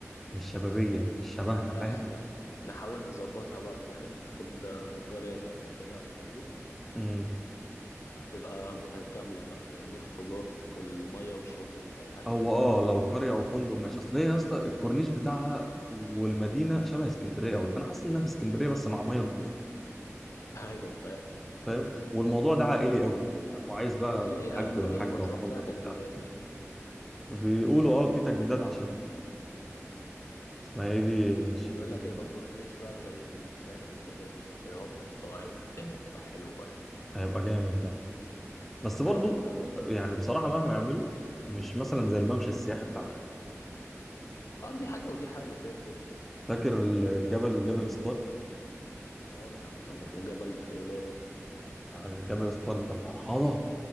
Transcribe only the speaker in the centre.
مش شبابيه مش شبهنا
فاهم
هو اه لو
قريه
او فندق ماشي اصل هي يا اسطى الكورنيش بتاعها والمدينه شبه اسكندريه قوي فانا حاسس انها في اسكندريه بس مع ميه نظيفه
فاهم والموضوع ده عائلي قوي وعايز بقى
الحاج
والحاجه
واخواتك
وبتاع
بيقولوا اه في تجديدات عشان اسمها ايه دي
ش-
بت-
هيبقى جامد ده بس برضو
يعني بصراحه مهما يعملوا مش مثلا زي الممشى السياحي بتاع ده
فاكر الجبل جبل ستار
آه، جبل ستار ده فرهضه